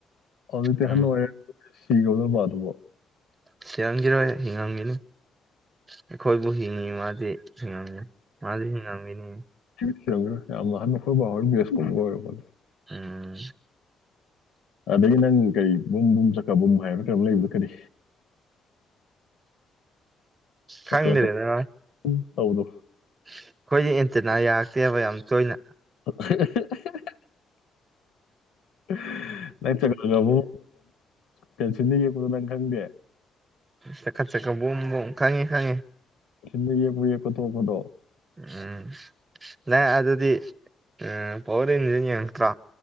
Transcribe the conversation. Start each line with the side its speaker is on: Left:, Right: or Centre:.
Left: ꯍꯧꯖꯤꯛꯇꯤ
Right: ꯎꯝ
Left: ꯑꯍꯟ ꯑꯣꯏꯔꯦ ꯁꯤꯒꯥꯔꯕꯣ ꯑꯗꯨꯏ ꯅꯨꯄꯥꯗꯨꯕꯣ
Right: ꯁꯤꯔꯝꯒꯤꯔꯣꯏ ꯍꯦ ꯍꯤꯡꯉꯝꯒꯤꯅꯤ ꯑꯩꯈꯣꯏꯕꯨ ꯍꯤꯡꯉꯤ ꯃꯥꯗꯤ ꯍꯤꯡꯉꯝꯅꯤ ꯃꯥꯗꯤ ꯍꯤꯡꯉꯝꯒꯤꯅꯤ
Left: <unintelligible>
Right: ꯎꯝ
Left: ꯑꯗꯒꯤ ꯅꯪ ꯀꯔꯤ ꯕꯨꯝꯕꯨꯝ ꯆꯀꯥꯕꯨꯝ ꯍꯥꯏꯕ꯭ꯔꯥ ꯀꯩꯅꯣꯝ ꯂꯩꯕꯗꯣ ꯀꯔꯤ
Right: <inaudible> ꯈꯪꯗꯦꯗꯅ
Left: ꯆꯀ꯭ꯔ ꯆꯀ꯭ꯔ ꯇꯧꯕꯗꯣ
Right: ꯑꯩꯈꯣꯏꯗꯤ ꯑꯦꯟꯇꯅꯥ ꯌꯥꯔꯛꯇꯦꯕ ꯌꯥꯝ ꯇꯣꯏꯅ
Left: <unintelligible> <unintelligible> <unintelligible> ꯄꯦꯟꯁꯤꯜꯅ ꯌꯦꯛꯄꯗꯣ ꯅꯪ ꯈꯪꯗꯦ
Right: ꯁꯦꯀꯥ ꯁꯦꯀꯥ ꯕꯨꯡ ꯕꯨꯡ꯫ ꯈꯪꯉꯦ ꯈꯪꯉꯦ
Left: <unintelligible> ꯃꯤ ꯀꯣꯠꯊꯣꯛꯄꯗꯣ
Right: ꯎꯝ ꯂ ꯑꯗꯨꯗꯤ ꯎ ꯄꯥꯎꯋ꯭ꯔ ꯔꯦꯟꯖꯔ ꯌꯦꯡꯉꯛꯇ꯭ꯔꯣ